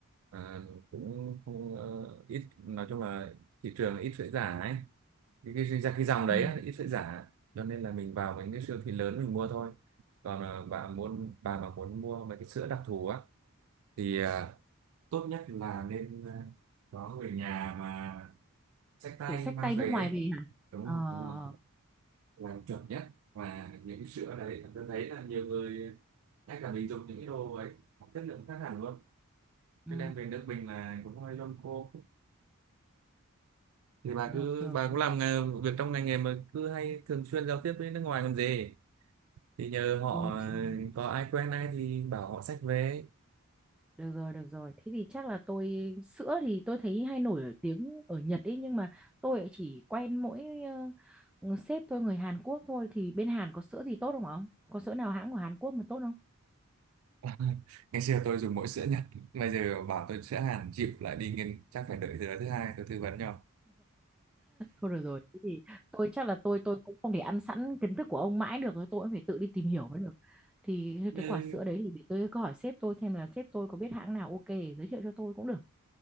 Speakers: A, on the right (about 70°); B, in the centre.
A: ờ, cũng không ờ, ít nói chung là thị trường ít sữa giả ấy cái cái, cái, cái dòng đấy
B: Ừ.
A: á, ít sữa giả cho nên là mình vào những cái siêu thị lớn mình mua thôi còn ờ, bà muốn bà mà muốn mua mấy cái sữa đặc thù á thì ờ, tốt nhất là nên ờ, có người nhà mà xách tay
B: Kiểu xách
A: mang
B: tay nước
A: về
B: ngoài
A: ấy.
B: về hả?
A: đúng
B: Ờ,
A: rồi đúng rồi là chuẩn nhất và những sữa đấy tôi thấy là nhiều người ngay cả mình dùng những cái đồ ấy có chất lượng khác hẳn luôn
B: ừ,
A: cho nên về nước mình là cũng hơi lông cô thì bà
B: được,
A: cứ
B: được,
A: bà cũng
B: được.
A: làm nghề- việc trong ngành nghề mà cứ hay thường xuyên giao tiếp với nước ngoài còn gì thì nhờ họ
B: Ừ,
A: ờ,
B: thì
A: có ai quen ai thì bảo họ xách về
B: được rồi, được rồi. Thế thì chắc là tôi, sữa thì tôi thấy hay nổi ở tiếng ở Nhật ấy. Nhưng mà tôi lại chỉ quen mỗi ờ, sếp tôi người Hàn Quốc thôi. Thì bên Hàn có sữa gì tốt không ạ ông? Có sữa nào hãng của Hàn Quốc mà tốt không?
A: <laughs> ngày xưa tôi dùng mỗi sữa Nhật bây giờ bảo tôi sữa Hàn chịu lại đi nghiên chắc phải đợi tới thứ hai tôi tư vấn cho
B: thôi được rồi thế thì tôi chắc là tôi tôi cũng không thể ăn sẵn kiến thức của ông mãi được tôi cũng phải tự đi tìm hiểu mới được thì
A: <laughs>
B: cái quả sữa đấy thì để tôi cứ hỏi sếp tôi xem là sếp tôi có biết hãng nào ok để giới thiệu cho tôi cũng được